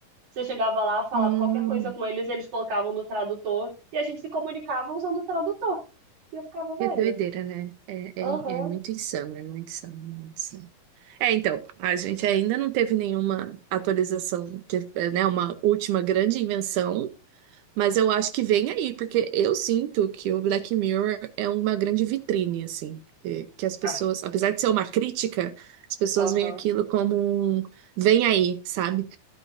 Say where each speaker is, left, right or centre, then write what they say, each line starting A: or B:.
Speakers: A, on the right; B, on the right.
A: Você chegava lá, falava
B: Hum.
A: qualquer coisa com eles, eles colocavam no tradutor e a gente se comunicava usando o tradutor. E eu ficava, velho,
B: Que doideira, né? É, é,
A: aham,
B: é muito insano, é muito insano, muito insano. É, então, a gente ainda não teve nenhuma atualização, teve, né, uma última grande invenção Mas eu acho que vem aí, porque eu sinto que o Black Mirror é uma grande vitrine, assim. Que, que as pessoas,
A: ah,
B: apesar de ser uma crítica, as pessoas
A: aham.
B: veem aquilo como um vem aí, sabe?